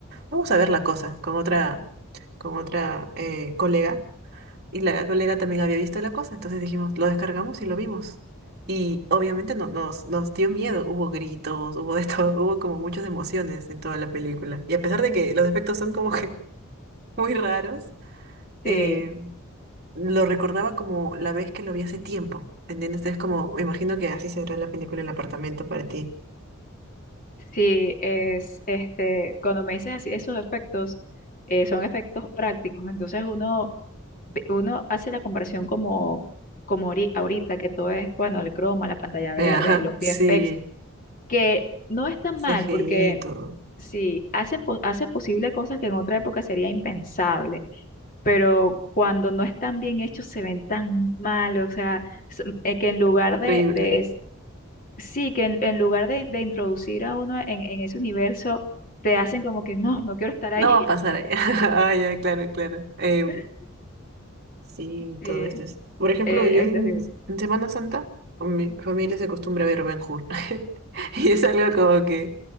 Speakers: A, on the right; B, on the left.
A: Vamos a ver la cosa con otra, con otra eh, colega. Y la colega también había visto la cosa. Entonces dijimos, lo descargamos y lo vimos. Y obviamente no, nos, nos dio miedo. Hubo gritos, hubo de <laughs> todo, hubo como muchas emociones en toda la película. Y a pesar de que los efectos son como que <laughs> muy raros,
B: Sí,
A: eh, lo recordaba como la vez que lo vi hace tiempo. ¿Entiendes? Es como, me imagino que así será la película El apartamento para ti.
B: sí, es este, cuando me dices así, esos efectos eh, son efectos prácticos, entonces uno ve- uno hace la comparación como, como ahori- ahorita, que todo es, bueno, el croma, la pantalla verde,
A: Eh, ajá,
B: los
A: sí,
B: VFX, que no es tan mal,
A: CGI
B: porque
A: y todo.
B: sí, hacen, po- hace posible cosas que en otra época sería impensable, pero cuando no están bien hechos se ven tan mal, o sea, s- eh, que en lugar de,
A: Horrible.
B: de es- sí, que en, en lugar de, de introducir a uno en, en ese universo, te hacen como que no, no quiero estar ahí.
A: No va a pasar allá. <laughs> Ah, ya, claro, claro. Em,
B: <laughs>
A: sí,
B: Sí,
A: todo
B: eh,
A: esto es. Por ejemplo,
B: es
A: yo en,
B: terrible.
A: en Semana Santa, con mi familia se acostumbra a ver Ben Hur. <laughs> Y es algo como que